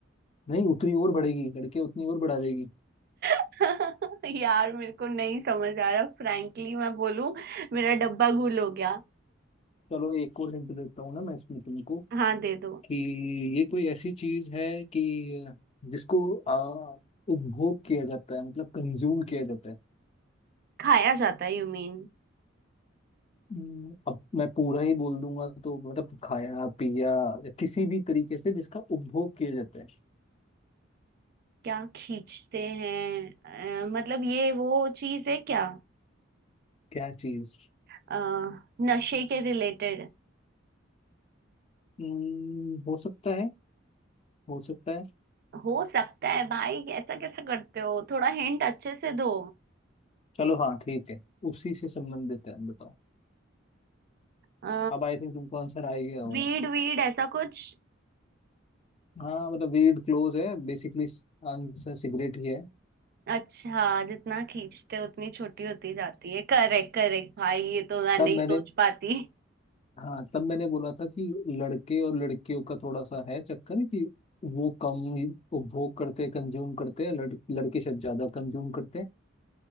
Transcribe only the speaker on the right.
<laughs> यार मेरे को नहीं समझ आ रहा फ्रैंकली मैं बोलूं मेरा डब्बा गुल हो गया
हाँ दे दो
खाया जाता है यू मीन
क्या खींचते हैं अ, मतलब ये वो चीज है क्या
अ, नशे के रिलेटेड
हो सकता है भाई ऐसा कैसे करते हो थोड़ा हिंट अच्छे से दो
अ,
वीड वीड ऐसा कुछ
अच्छा जितना खींचते उतनी छोटी होती जाती है करेक्ट करेक्ट भाई ये तो मैं
नहीं
सोच पाती